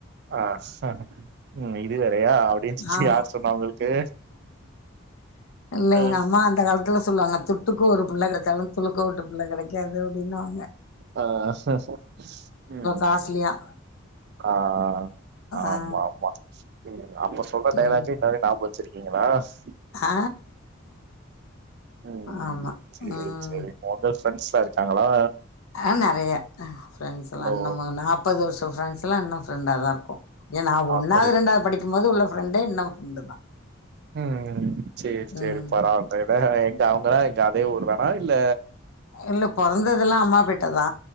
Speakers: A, on the right (about 50°); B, on the left (about 90°).
A: ஆ ஷ கு ம் இது வேறயா அப்டின் சொசி
B: ஆமா
A: யார் சொன்னா உங்களுக்கு
B: இல்ல
A: ஆ
B: எங்க அம்மா அந்த காலத்துல சொல்லுவாங்க துட்டுக்கு ஒரு புள்ள கெடச்சாலு துளுக்க வுட்டு புள்ள கெடைக்காது அப்டின்னு வாங்க
A: ஆ செர் செர் ம்
B: காஸ்ட்லியா
A: ஆ ஆமாமா
B: ஆ
A: அப்ப சொல்ற டயலாக்கு
B: ம்
A: இன்ன வரையு நாப்க வச்சிருக் நீங்களாஸ்
B: ஆ
A: ம்
B: ஆமா
A: சேரி
B: ம்
A: சேரி மொத ஃப்ரெண்ட்ஸ்லா இருக்காங்களா
B: ஆ நெறய ஃப்ரெண்ட்ஸுலா
A: ஓ
B: இன்னுமு நாப்பது வர்ஷோ ஃப்ரெண்ட்ஸ்லா இன்னு ஃப்ரெண்டா தார்க்கோ ஏ நா
A: அப்படி
B: ஒன்னாவது ரெண்டாவது படிக்கும் போது உள்ள ஃப்ரெண்டே இன்னும் ஃப்ரெண்டு தா
A: ம் ம் சேரி சேரி
B: ம்
A: பரவால் <unintelligible> எங்க அவங்கள எங்க அதே ஊர் தானா இல்ல
B: இல்ல பொறந்ததுலா அம்மாபேட்ட தா